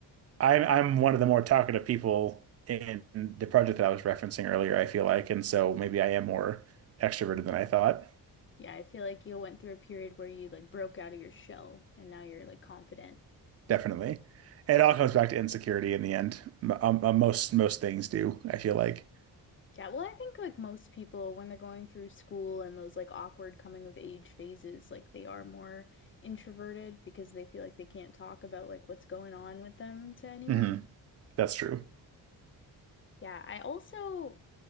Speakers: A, on the right (about 35°); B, on the left (about 30°).
A: I'm, I'm one of the more talkative people in the project that I was referencing earlier, I feel like. And so maybe I am more extroverted than I thought.
B: Yeah, I feel like you went through a period where you like broke out of your shell and now you're like confident.
A: Definitely. And It all comes back to insecurity in the end. M- um, uh, most most things do, I feel like.
B: Yeah, well, I think like most people when they're going through school and those like awkward coming of age phases, like they are more introverted because they feel like they can't talk about like what's going on with them to anyone.
A: hmm That's true.
B: Yeah, I also